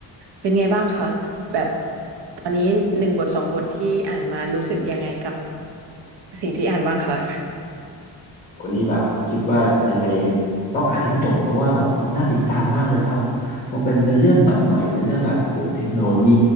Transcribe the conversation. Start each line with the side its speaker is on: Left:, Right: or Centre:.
Right: เป็นไงบ้างคะแบบตอนนี้หนึ่งบทสองบทที่อ่านมารู้สึกยังไงกับสิ่งที่อ่านบ้างคะ
Left: โอ้นี่แบบคิดว่ายังไงต้องอ่านให้จบเพราะว่าแบบน่าติดตามมากเลยครับเพราะเป็นเป็นเรื่องแบบใหม่เป็นเรื่องแบบโอ้โหเทคโนโลยี